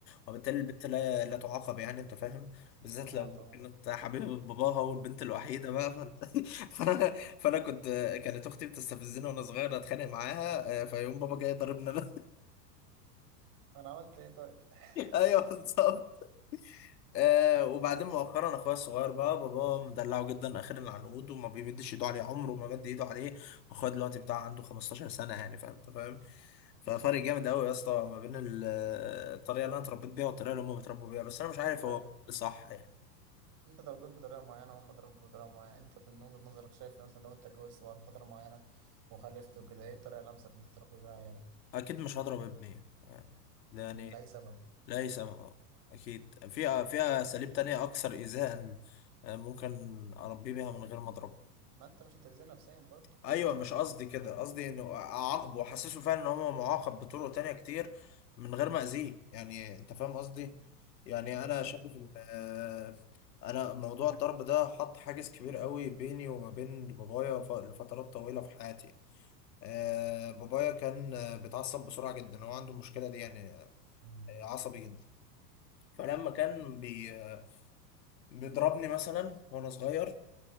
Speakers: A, on the left; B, on the right.
A: وبالتالي
B: مم،
A: البنت لا لا تعاقب يعني انت فاهم بالذات
B: أه
A: لو مم.
B: طبعا
A: كانت حبيبه باباها والبنت الوحيده بقى فانت <laughs> فانا فانا كنت آه، كانت اختي بتستفزني وانا صغير اتخانق معاها آه، فيقوم بابا جاي ضاربني انا
B: انا عملت ايه طيب
A: <laughs> ايوه
B: <laughs>
A: بالظبط آه وبعدين مؤخرا اخويا الصغير بقى بابا مدلعه جدا اخر العنقود وما بيمدش ايده عليه عمره ما مد ايده عليه واخويا دلوقتي بتاع عنده 15 سنه يعني فاهم انت فاهم ففرق
B: مم.
A: جامد قوي يا اسطى ما بين ال- آه، الطريقه اللي انا اتربيت بيها والطريقه اللي هم بيتربوا بيها بس انا مش عارف
B: طب
A: هو صح يعني
B: انت اتربيت بطريقه معينه هم اتربوا بطريقه معينه انت من وجهه نظرك شايف مثلا لو انت اتجوزت بعد فتره معينه وخلفت وكده ايه الطريقه الامثل انت تربي بيها عيالك
A: اكيد مش هضرب ابني يعني ده يعني
B: مم، لاي سبب
A: لاي سبب اه اكيد في في اساليب تانية اكثر ايذاء آه، ممكن اربيه بيها من غير ما اضربه
B: ما انت مش هتأذيه نفسيا برضه
A: ايوه مش قصدي كده قصدي انه اعاقبه واحسسه فعلا ان هو معاقب بطرق تانية كتير من غير ما اذيه يعني انت فاهم قصدي يعني
B: وانت
A: انا
B: مش شايف
A: شايف
B: مم.
A: ان آه، انا موضوع الضرب ده حط حاجز كبير قوي بيني وما بين بابايا ف- لفترات طويلة في حياتي آه، بابايا كان آه، بيتعصب بسرعة جدا هو عنده المشكلة دي يعني آه،
B: مم.
A: عصبي جدا فلما كان بي آه، بيضربني مثلا وانا صغير